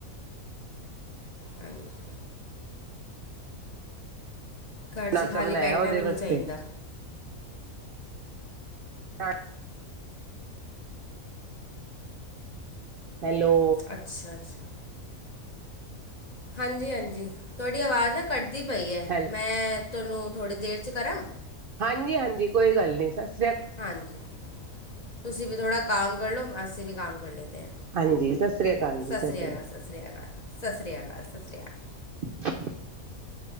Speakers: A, on the left; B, on the right.
A: ਹਾਂਜੀ। ਘਰ 'ਚ'
B: ਨਾਸ਼ਤਾ
A: ਖਾਲੀ
B: ਬਣਾਇਆ
A: ਬੈਠਨਾ
B: ਉਹਦੇ
A: ਵੀ ਨਹੀਂ
B: ਵਾਸਤੇ
A: ਚਾਈਂਦਾ।
B: ਹਾਂ ਹੈਲੋ?
A: ਅੱਛਾ, ਅੱਛਾ। ਹਾਂਜੀ ਹਾਂਜੀ, ਤੋਡੀ ਆਵਾਜ਼ ਨਾ ਕੱਟਦੀ ਪਈ ਐ
B: ਹੈਲ
A: ਮੈਂ, ਤੋਂਨੂੰ ਥੋੜ੍ਹੀ ਦੇਰ 'ਚ' ਕਰਾਂ?
B: ਹਾਂਜੀ ਹਾਂਜੀ ਕੋਈ ਗੱਲ ਨੀ, ਸਰ
A: ਹਾਂਜੀ। ਤੁਸੀਂ ਵੀ ਥੋੜ੍ਹਾ ਕੰਮ ਕਰ ਲਓ, ਅਸੀਂ ਵੀ ਕੰਮ ਕਰ ਲਦੇ ਐ।
B: ਹਾਂਜੀ ਸਤਿ ਸ੍ਰੀ ਅਕਾਲ ਜੀ
A: ਸਤਿ ਸ਼੍ਰੀ
B: ਸ੍ਰੀ
A: ਅਕਾਲ, ਸਤਿ ਸ਼੍ਰੀ ਅਕਾਲ, ਸਤਿ ਸ਼੍ਰੀ ਅਕਾਲ, ਸਤਿ ਸ਼੍ਰੀ ਅਕਾਲ।
B: <inaudible>